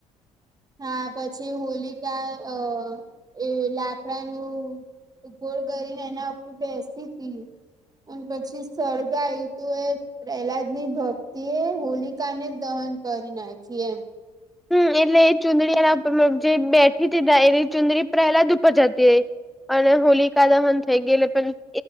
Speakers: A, on the right; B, in the centre.
A: હા પછી હોલિકા અ એ લાકડાનુંું તો ગોર ગને એના ઉપર બેસીતી હતીી અને પછી સળગ આવ્યું તું એ પહેલા જ નહી ભક્ તે હોલિકા ને દહન કરી નાખી એમ
B: હમ એટલે એ ચુંદડી એના જે બેઠી હતી એ ચુંદડી પહેલા જ ઉપર જતી ર અને હોલિકા દહન થઈ ગયે પણ